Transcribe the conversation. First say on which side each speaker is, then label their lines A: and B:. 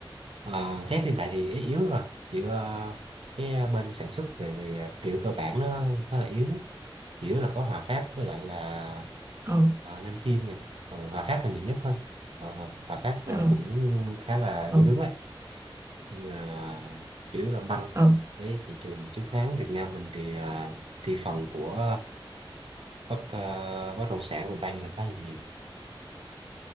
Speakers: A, on the right (about 80°); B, on the right (about 30°).
A: Ờ, thép hiện tại thì yếu yếu rồi chỉ ờ, cái à, bên sản xuất về, về vật liệu cơ bản nó khá là yếu chủ yếu là có Hòa Phát với lại là
B: ừ
A: ờ, Nam Kim nha Ờ, Hòa Phát là nhiều nhất thôi Ờ, Hòa Hòa Phát
B: ừ
A: rồi cũng khá là điêu
B: ừ
A: đứng ấy nhưng mà chủ yếu là banh
B: ừ
A: đấy thị trường chứng khoán Việt Nam mình thì à, thị phần của bất ờ, bất động sản của Bang là khá là nhiều